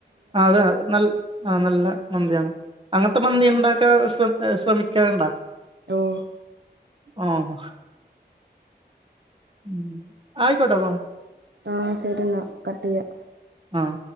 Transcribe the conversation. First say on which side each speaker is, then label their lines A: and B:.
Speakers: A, on the right; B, on the right.
A: അതാ നൽ ആഹ് നല്ല മന്തിയാണ് അങ്ങനത്തെ മന്തി ഉണ്ടാക്കാ ശ്ര ശ്രമിക്കാറുണ്ടാ
B: ഓഹ് -
A: ഓഹ് ഉം ആയിക്കോട്ടെ അപ്പൊ
B: ആഹ് ശരിന്നാ കട്ട് ചെയ്യാ-
A: ആഹ്